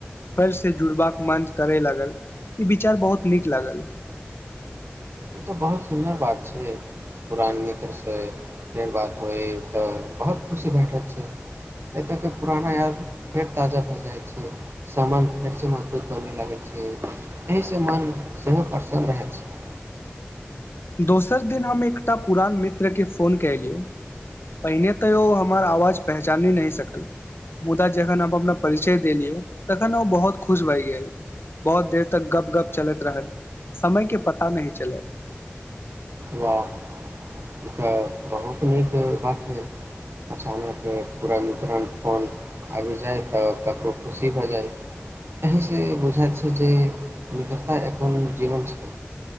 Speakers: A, on the left; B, on the right.
A: फे से जुड़बाक मन करय लागल ई विचार बहुत नीक लागल
B: ई तऽ बहुत सुन्दर बात छै पुरान मित्रसँ फेर बात होइ तऽ बहुत खुशी भेटै छै एतयके पुराना याद फेर ताजा भए जाइ छै समबन्ध फेरसँ मजबूत बनय लागै छै एहिसँ मन सेहो प्रसन्न रहै छै
A: दोसर दिन हम एकटा पुरान मित्रकेँ फोन कयलियौ पहिने तऽ ओ हमर आवाज पहचानि नहि सकल मुदा जखन हम अपना परिचय देलियौ तखन ओ बहुत खुश भए गेल बहुत देर तक गप गप चलैत रहल समयके पता नहि चलल
B: वाह ई तऽ बहुत नीक बात भेल अचानक पूरा मित्रण फोन आबि जाइ तऽ ककरो खुशी भए जाइ एहिसँ बुझाइत छै जे मित्रता एखन जीवन छै